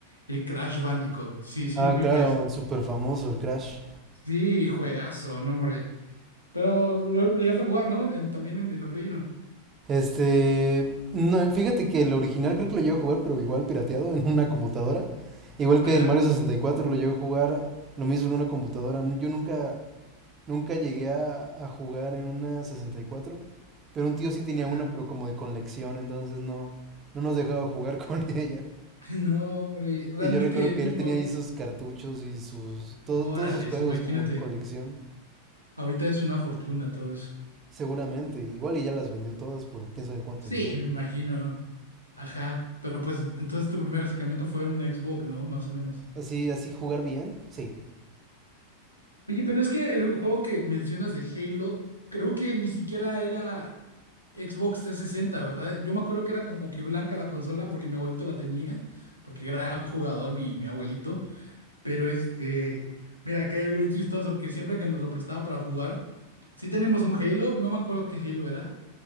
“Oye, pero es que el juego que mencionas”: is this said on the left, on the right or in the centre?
Left